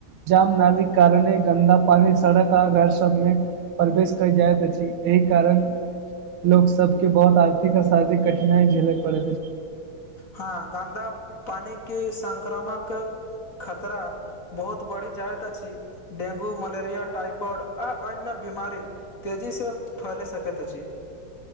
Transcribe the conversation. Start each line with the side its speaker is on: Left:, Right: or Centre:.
Right: जाम नाली कारणे गन्दा पानी सड़क आ घर सबमे परवेश कै जाय अछि एहि कारण लोकसभ कें बहुत आर्थिक आऔर शारीरिक कठिनाइ झेलय पड़ैत
Left: हँ गन्दा पानी क संक्रामक खतरा बहुत बढ़ी जाहत अ छी डेंगू मलरििया इफइड आर अन्य बीमारी तजी से फल सकैत अछि